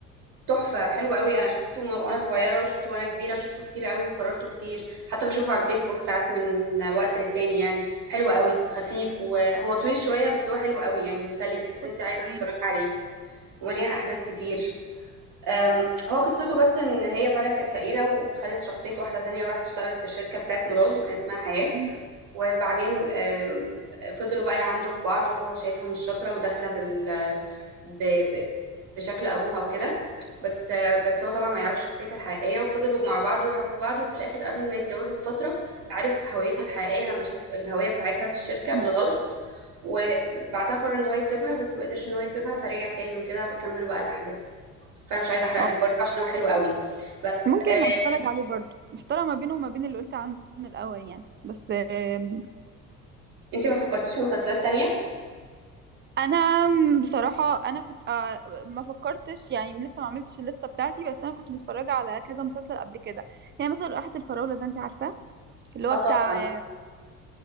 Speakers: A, on the right; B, on the right.
A: تحفة حلو قوي انا شفته وانا صغيرة وشفته وانا كبيرة شفته كتير قوي وكررته كتير حتى بشوفه على الفيسبوك ساعات من وقت للتاني يعني حلو قوي خفيف وهو طويل شوية بس هو حلو قوي يعني مسلي تحس
B: قصته
A: انت عايزة
B: ايه
A: تتفرج عليه ومليان احداث كتير أم، هو قصته بس ان هي فعلا كانت فقيرة وخدت شخصية واحدة تانية وراحت اشتغلت في الشركة بتاعت مراد وكان اسمها حياة
B: مم.
A: وبعدين آم، فضلوا بقى يعندوا في بعض وهو شايفها مش شاطرة وداخلة بال ب... ب... بشكل أبوها وكده بس آه، بس هو طبعا ما يعرفش شخصيتها الحقيقية وفضلوا مع بعض وحبوا بعض وفي الآخر قبل ما يتجوزوا بفترة عرف هويتها الحقيقية لما شاف الهوية بتاعتها في الشركة
B: مم.
A: بالغلط وبعدها قرر ان هو يسيبها بس ما قدرش ان هو يسيبها فرجع تاني وكده وكملوا بقى الأحداث فأنا مش عايزة أحرق
B: آه،
A: لك برضه عشان هو حلو قوي بس
B: ممكن
A: آه،
B: اتفرج عليه برضو محتارة ما بينه وما بين اللي قلت عنه الاول يعني بس آم،
A: انت ما فكرتيش في مسلسلات تانية؟
B: انا بصراحة انا كنت آه، ما فكرتش يعني لسه ما عملتش الليستة بتاعتي بس انا كنت متفرجة على كذا مسلسل قبل كده يعني مثلا رائحة الفراولة ده انت عارفاه اللي هو
A: اه طبعا
B: بتاع